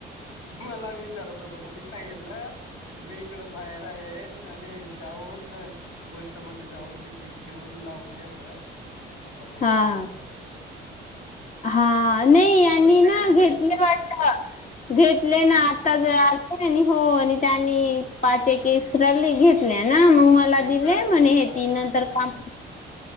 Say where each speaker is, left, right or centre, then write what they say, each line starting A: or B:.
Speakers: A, on the left; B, on the left.
A: मला विचारत होत मी सांगितलं. मी इकडं बाहेर आहे -- आणि जाऊन पोस्ट मध्ये जाऊन तिकीट घेऊन लावून द्याच. आता बघेन
B: हा
A: मी
B: हा नाही यांनी
A: पोहोचले
B: ना
A: का नाही
B: घेतले
A: ते
B: वाटत घेतले ना आता आलते यांनी आणि हो आणि त्यांनी पाच एक एक्स्ट्रा घेतल्या ना मग मला
A: एक्स्ट्रा
B: दिले म्हणे
A: एक्स्ट्रा अजून
B: ती नंतर
A: एक्स्ट्रा ठेवूया
B: काम